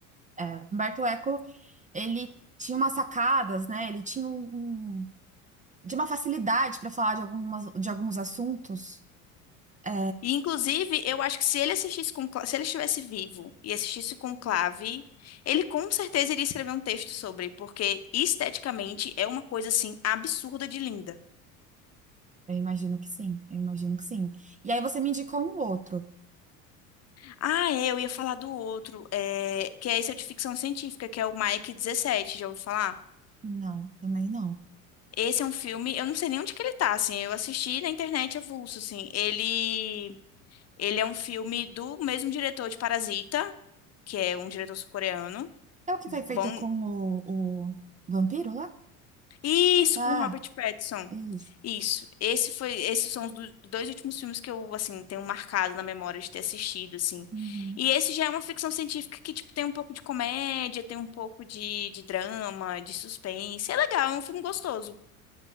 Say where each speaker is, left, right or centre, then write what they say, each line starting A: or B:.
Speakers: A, on the right; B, on the left.
A: É, Humberto Eco, ele tinha umas sacadas, né? Ele tinha um. um de uma facilidade para falar de algumas, de alguns assuntos? É,
B: E, inclusive, eu acho que se ele assistisse com, se ele estivesse vivo e assistisse Conclave, ele com certeza iria escrever um texto sobre, porque esteticamente é uma coisa assim absurda de linda.
A: eu imagino que sim, eu imagino que sim. E aí você me indicou um outro.
B: Ah, é, eu ia falar do outro, é, que é esse é de ficção científica, que é o Mike 17, já ouviu falar?
A: Não, também não.
B: Esse é um filme, eu não sei nem onde que ele tá, assim, eu assisti na internet avulso, assim. Ele, ele é um filme do mesmo diretor de Parasita, que é um diretor sul-coreano.
A: É o que
B: Bom,
A: foi feito com o, o vampiro lá?
B: isso,
A: Ah,
B: com Robert Pattinson.
A: isso.
B: Isso. Esse foi, esses são os do- dois últimos filmes que eu, assim, tenho marcado na memória de ter assistido, assim.
A: Uhum.
B: E esse já é uma ficção científica que, tipo, tem um pouco de comédia, tem um pouco de, de drama, de suspense. É legal, é um filme gostoso.